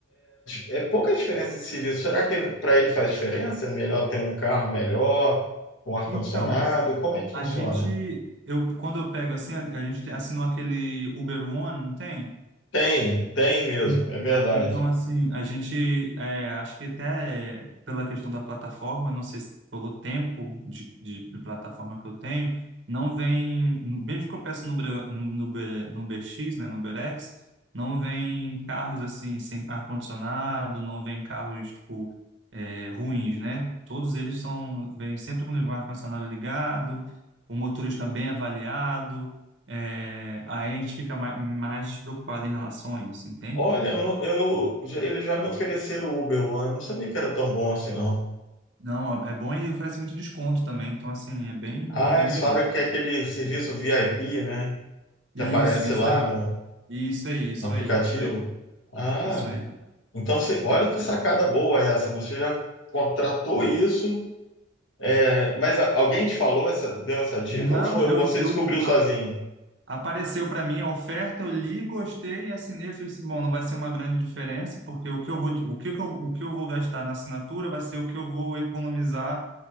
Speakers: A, on the left; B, on the right.
A: É pouca diferença de serviço. Será que para ele faz diferença? É melhor ter um carro melhor, com ar-condicionado?
B: então,
A: Como é que funciona?
B: a gente, eu, quando eu pego assim, a, a gente tem- assinou aquele Uber One, não tem?
A: Tem, tem mesmo,
B: En-
A: é verdade.
B: Então, assim, a gente, é, acho que até é, pela questão da plataforma, não sei se pelo tempo de, de, de plataforma que eu tenho, não vem, no- mesmo que eu peço no, Bre- no, no, Bre- no BX, né, no Berex, não vem carros, assim, sem ar-condicionado, não vem carros, tipo, é, ruins, né? Todos eles são, vêm sempre com o ar-condicionado ligado, o motorista bem avaliado, é, aí a gente fica mais, mais despreocupado em relação a isso, entende?
A: Olha, no- eu, já- eles já me ofereceram o Uber One, não sabia que era tão bom assim, não.
B: Não, é bom e oferece muito desconto também, então assim, é bem,
A: Ah,
B: bem
A: eles
B: legal.
A: falaram que é aquele serviço VIP, né?
B: Isso,
A: Que aparece
B: isso
A: lá
B: aí.
A: no,
B: Isso aí, isso
A: no aplicativo.
B: aí, isso aí,
A: Ah,
B: isso aí.
A: então você, olha que sacada boa essa. Você já contratou isso É, mas a- alguém te falou essa, deu essa dica
B: Não,
A: ou foi
B: eu,
A: você
B: eu
A: descobriu sozinho?
B: a- apareceu para mim a oferta, eu li, gostei, assinei, eu falei assim, bom, não vai ser uma grande diferença, porque o que eu vou, de- o que eu, o que eu vou gastar na assinatura vai ser o que eu vou economizar,